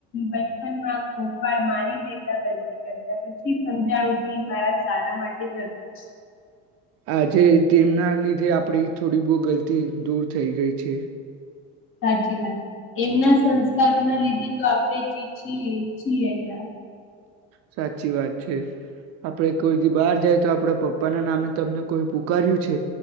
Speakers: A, on the left; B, on the right.
A: બચપનમાં કોક વાર મારી બેટા ગરતી કરતા પછી સમજાણું કે મારા સારા માટે જ હતું.
B: આજે તેમના લીધે આપડી થોડી બહુ ગલતી દૂર થઈ ગઈ છે.
A: સાચી વાત એમના સંસ્કારોના લીધે તો આપણે જ છીએ છીએ અ.
B: સાચી વાત છે આપડે કોઈ દી બહાર જાય તો આપડા પપ્પા ના નામે તમને કોઈ પુકાર્યું છે.